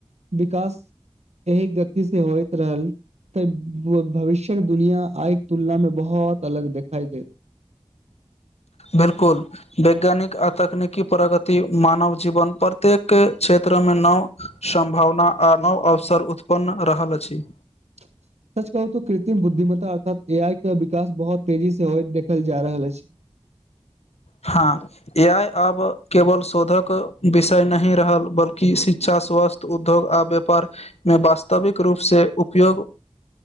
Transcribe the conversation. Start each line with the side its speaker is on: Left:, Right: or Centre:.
Right: विकास एहि गति से होइत रहल तऽ भविष्य शिक्षक दुनिया आइ तुलना में बहुत अलग दिखाई दे
Left: बिल्कुल वैज्ञानिक आ तकनिकी प्रगति मानव जीवन प्रत्येक क्षेत्र में नाव सम्भावना आ नव अवसर उत्पन्न रहल अछि
Right: <inaudible> सच कहू तऽ कृत्रिम बुद्धिमता अर्थात ए आई के विकास बहुत तेजी से होय देखल जा रहल अछि
Left: हाँ ए आइ आब केवल शोधक विषय नहि रहल बल्कि शिक्षा स्वास्थ उद्धव आ व्यापारमे वास्तविक रूप से उपयोग